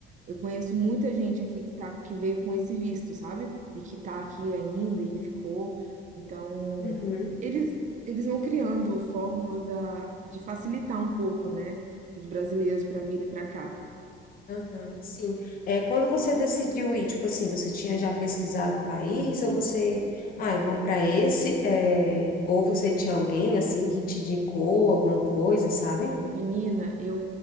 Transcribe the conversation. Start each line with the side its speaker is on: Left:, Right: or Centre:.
Right: Eu conheço muita gente aqui que tá, que veio com esse visto, sabe? E que tá aqui ainda e ficou. Então,
Left: uhum,
Right: eles, eles vão criando fórmulas da, de facilitar um pouco, né? os brasileiros para virem para cá.
Left: aham, sim. É, quando você decidiu ir, tipo assim, você tinha já pesquisado o país, ou você, ah, eu vou para esse, é, ou você tinha alguém assim que te indicou alguma coisa, sabe?
Right: Menina, eu